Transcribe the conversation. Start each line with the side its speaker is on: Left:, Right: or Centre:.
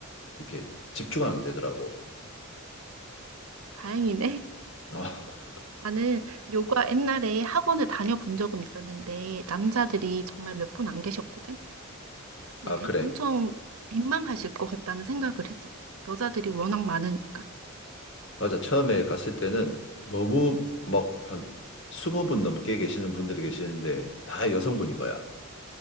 Left: 이렇게 집중하게 되더라고.
Right: 다행이네.
Left: 어, <laughs>
Right: 나는 요가 옛날에 학원을 다녀본 적은 있었는데, 남자들이 정말 몇 분 안 계셨거든? 근데
Left: 아,
Right: 대-
Left: 그래.
Right: 엄청 민망하실 것 같다는 생각을 했었어. 여자들이 워낙 많으니까.
Left: 맞아. 처음에 갔을 때는 너무 막 한 스무 분 넘게 계시는 분들이 계시는데 다 여성분인 거야.